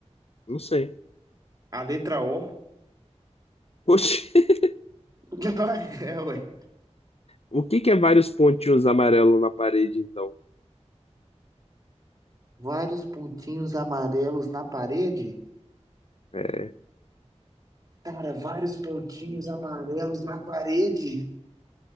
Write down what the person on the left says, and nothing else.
não sei.
Oxi, <laughs>
o que que é vários pontinhos amarelos na parede, então?
É,